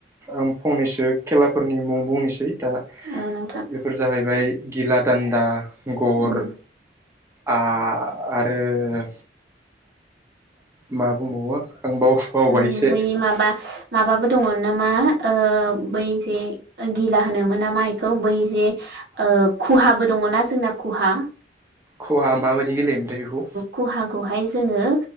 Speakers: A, on the right; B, on the right.
A: आं फंनैसो खेलाफोरनि मुं बुंनोसै दा
B: औ नोंथां
A: बेफोर जाहैबाय गिलादान्दा गर
B: उम
A: आ आरो मा बुंबावो आं बाव बावबाय
B: ओम
A: एसे
B: बै माबा माबाबो दङ' नामा ओ बै जे गिला होनोमोन नामा बेखौ बै जे ओ खहाबो दङ'ना जोंना खहा
A: खहा माबायदि गेलेयोमोनथाय बेखौ?
B: खुहाखौहाय जोङो